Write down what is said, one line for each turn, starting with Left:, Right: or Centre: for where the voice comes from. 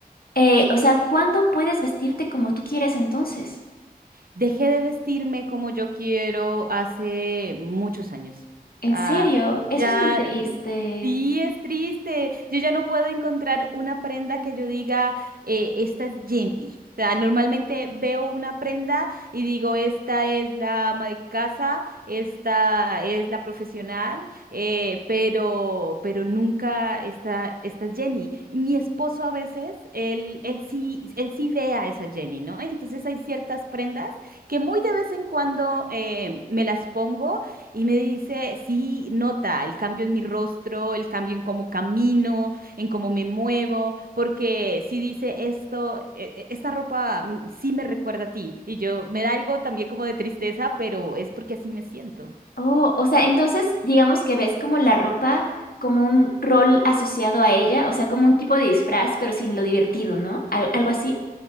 Left: eh, o sea, ¿cuándo puedes vestirte como tú quieres entonces?
Right: Dejé de vestirme como yo quiero hace muchos años.
Left: En
Right: Ah,
Left: serio, eso
Right: ya,
Left: es muy triste.
Right: mm, sí, es triste. Yo ya no puedo encontrar una prenda que yo diga, eh, esta es Jenny. O sea, normalmente veo una prenda y digo, esta es la ama de casa, esta es la profesional, eh, pero, pero nunca esta, esta es Jenny. Y Mi esposo a veces, él, él sí, él sí ve a esa Jenny, ¿no? Entonces hay ciertas prendas que muy de vez en cuando eh, me las pongo y me dice, sí, nota el cambio en mi rostro, el cambio en cómo camino, en cómo me muevo, porque si dice esto, e- e- esta ropa mm, sí me recuerda a ti. Y yo me da algo también como de tristeza, pero es porque así me siento.
Left: Oh, o sea, entonces digamos que ves como la ropa como un rol asociado a ella, o sea, como un tipo de disfraz, pero sin lo divertido, ¿no? Al- algo así.